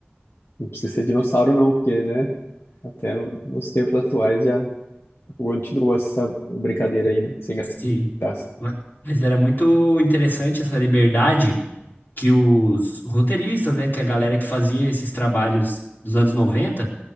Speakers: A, on the left; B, on the left.
A: Não precisa ser dinossauro não, porque, né? Até no- nos tempos atuais já continua essa brincadeira aí, né? Sem
B: Sim.
A: graça.
B: Ma- Mas era muito interessante essa liberdade. que os roteiristas, né, que a galera que fazia esses trabalhos dos anos 90,